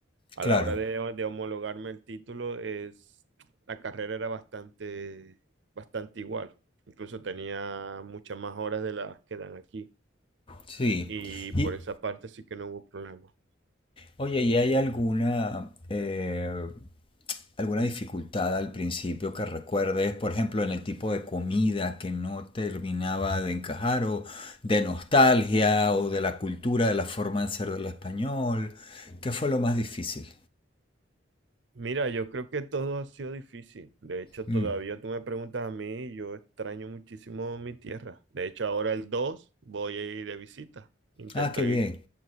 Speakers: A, on the right; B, on the left.
A: A
B: claro.
A: la hora de, de homologarme el título, es, la carrera era bastante, bastante igual. Incluso tenía muchas más horas de las que dan aquí.
B: Sí.
A: Y por
B: Y,
A: esa parte sí que no hubo problema.
B: oye, ¿y hay alguna, eh, alguna dificultad al principio que recuerdes, por ejemplo, en el tipo de comida que no terminaba de encajar, o de nostalgia, o de la cultura, de la forma de ser del español? ¿Qué fue lo más difícil?
A: Mira, yo creo que todo ha sido difícil. De hecho,
B: Mm.
A: todavía tú me preguntas a mí y yo extraño muchísimo mi tierra. De hecho, ahora el 2 voy a ir de visita. Intento
B: Ah, qué bien.
A: ir,